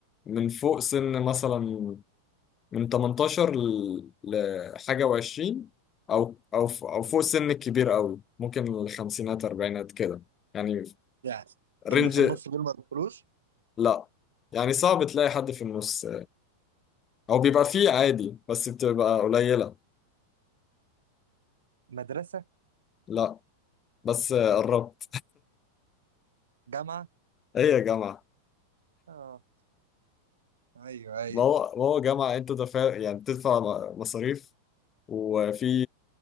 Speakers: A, on the left; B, on the right.
A: من فوق سن مثلا من 18 ل- لحاجه و20 او او ف- او فوق سن الكبير قوي ممكن الخمسينات اربعينات كده يعني
B: يعني
A: رينج
B: اللي في النص دول ما بيدخلوش
A: لا يعني صعب تلاقي حد في النص او بيبقى فيه عادي بس بتبقى قليله
B: مدرسة
A: لا بس قربت
B: جامعة
A: ايه يا جماعة
B: اه ايوه ايوه
A: ما هو ما هو جامعة انت دافع يعني بتدفع م- مصاريف وفي